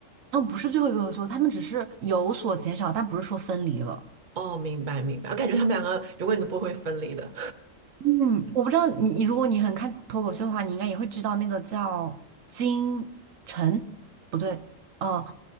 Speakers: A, on the right (about 80°); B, on the right (about 40°).
A: 哦，不是最后一个合作，他们只是有所减少，但不是说分离了。
B: 哦，明白明白，我感觉他们两个永远都不会分离的。
A: 嗯，我不知道你，如果你很看脱口秀的话，你应该也会知道那个叫金晨，不对，呃